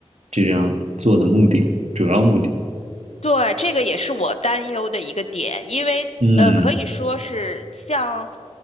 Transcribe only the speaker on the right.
这样做的目的，主要目的。
嗯